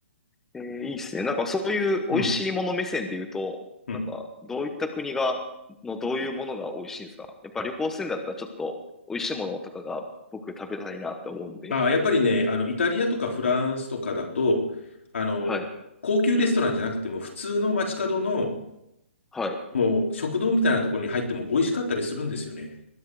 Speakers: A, in the centre; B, on the left.
A: えーいいっすね。なんかそういう美味しいもの目線で言うと、
B: うん、うん。
A: なんかどういった国が、のどういうものが美味しいんですかやっぱ旅行するんだったらちょっと美味しいものとかが僕食べたいなって思うんで。
B: あー、やっぱりね、あの、イタリアとかフランスとかだと、あの、
A: はい。
B: 高級レストランじゃなくても、普通の街角の、
A: はい。
B: もう食堂みたいなところに入っても美味しかったりするんですよね。